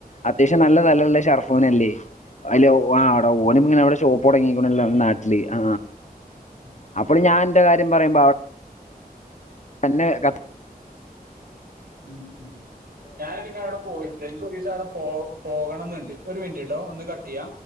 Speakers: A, on the left (about 50°); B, on the right (about 70°).
A: അത്യാവശ്യം നല്ല തലള്ളെത് ഷർഫൂനല്ലേ അയ്ല് ഒ ഒ ആ ട ഓനിങ്ങനെ ഔടെ ഷോപ്പ പുടങ്ങീക്കണല്ലൊ ഇ നാട്ടില് ആ
B: ഉം
A: അപ്പളും ഞാൻ അന്റെ കാര്യം പറയുമ്പോ അവിടെ തന്നെ കഥ
B: ഉംഉം ഞാൻ പിന്നെ അവിടെ പോയിട്ട എനിക്ക് ഒരു ദിവസം അവിടെ പോ പോകണം എന്നുണ്ട് ഒരു മിനിറ്റ്ട്ടോ ഒന്ന് കട് ത്തിയാ